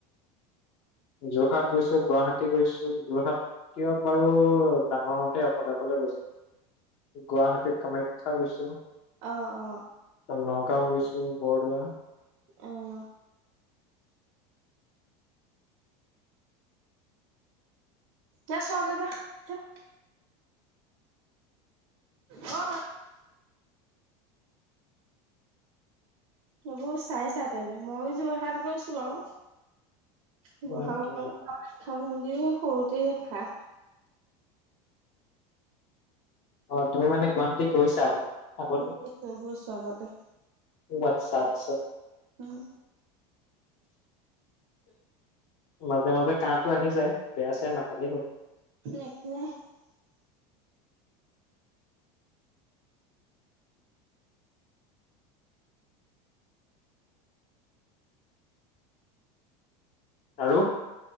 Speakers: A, on the left; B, on the right.
A: যোৰহাট গৈছো গুৱাহাটী গৈছো যোৰহাটক বাৰু ডাঙৰ হওঁতে অফাললেফাললে গৈছিলো গুৱাহাটীত কামাখ্য <unintelligible> খাবিছো
B: অ অ
A: নগাঁও গৈছো বৰদোৱা
B: আহ যছকছ <unintelligible> অ সেইবোৰ চাইছা তেনে মইও যোৰহাট গৈছো আৰু <unintelligible>
A: উম,
B: বহা
A: উম,
B: খাম <unintelligible> এ সৰুতেই দেখা
A: অ তুমি মানে গুৱাহাটী গৈছা আগতে?
B: মো চবৰে স্বাগতে
A: আচ্ছা আছ
B: অ
A: মাজে মাজে কাহো আহি যায় বেয়া চে নাপালে হল <unintelligible>
B: নে কুৱে <unintelligible>
A: আৰু